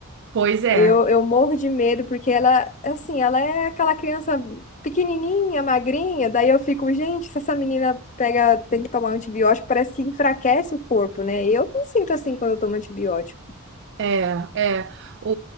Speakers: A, on the right (about 55°); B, on the left (about 35°).
A: Pois é.
B: Eu, eu morro de medo porque ela, assim, ela é aquela criança pequenininha, magrinha, daí eu fico, gente, se essa menina pega, tem que tomar antibiótico, parece que enfraquece o corpo, né? Eu não sinto assim quando eu tomo antibiótico.
A: É, é. O,